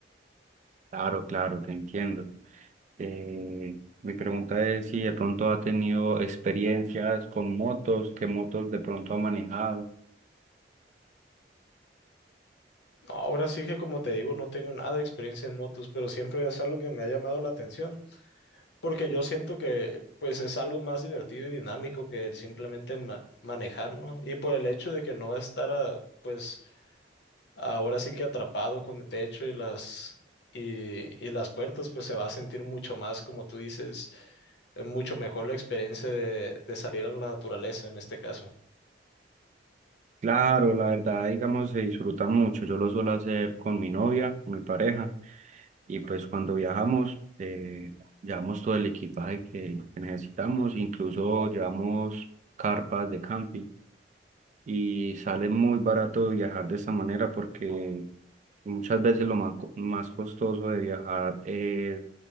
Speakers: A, on the right; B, on the left.
A: Claro, claro, te entiendo. Eh, mi pregunta es si de pronto ha tenido experiencias con motos, qué motos de pronto ha manejado.
B: Ahora sí que como te digo, no tengo nada de experiencia en motos, pero siempre es algo que me ha llamado la atención, porque yo siento que pues es algo más divertido y dinámico que el simplemente ma- manejar, ¿no? Y por el hecho de que no va a estar a, pues ahora sí que atrapado con el techo y las y, y las puertas, pues se va a sentir mucho más, como tú dices, eh, mucho mejor la experiencia de, de salir a la naturaleza en este caso.
A: Claro, la verdad, digamos, se disfruta mucho. Yo lo suelo hacer con mi novia, mi pareja, y pues cuando viajamos, eh, llevamos todo el equipaje que que necesitamos, incluso llevamos carpas de camping. y sale muy barato viajar de esta manera porque muchas veces lo más, co- más costoso de viajar es